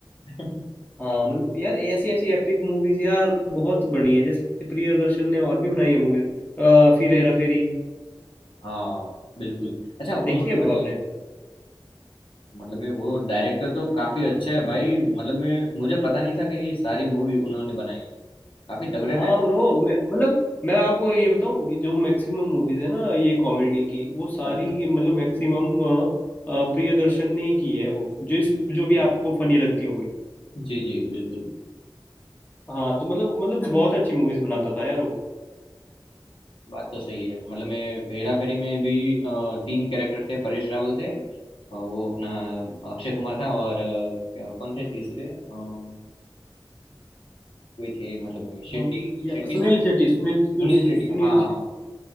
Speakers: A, on the left; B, on the left.
A: <laughs>
B: हाँ मतलब यार ऐसी ऐसी एपिक मूवीज यार बहुत बनी है जैसे प्रियदर्शन ने और भी बनाई है मूवीज फिर हेरा फेरी
A: हाँ बिल्कुल अच्छा उन्होंने
B: देखी है ब्रो
A: बनाई
B: आपने
A: मतलब मैं वो डायरेक्टर तो काफी अच्छा है भाई मतलब मैं मुझे पता नहीं था कि ये सारी मूवी उन्होंने बनाई है काफी तगड़े
B: हाँ
A: डायरेक्टर
B: ब्रो मैं मतलब मैं आपको ये बताऊं कि जो मैक्सिमम मूवीज है ना ये कॉमेडी की वो सारी
A: अच्छा
B: की मतलब मैक्सिमम प्रियदर्शन ने ही की है वो जो इस जो भी आपको फनी लगती होगी
A: जी जी बिल्कुल
B: हाँ तो मतलब मतलब बहुत अच्छी मूवीज बनाता था यार वो
A: बात तो सही है मतलब मैं हेरा फेरी में भी अ, तीन कैरेक्टर थे परेश रावल थे अ, वो अपना अक्षय कुमार था और अ, क्या- कौन थे तीसरे अ, कोई थे मतलब मैं- शेट्टी
B: हाँ, या
A: शेट्टी
B: सुनील
A: साहब
B: शेट्टी सुनील सु,
A: सुनील
B: सु,
A: शेट्टी
B: सुनील
A: हाँ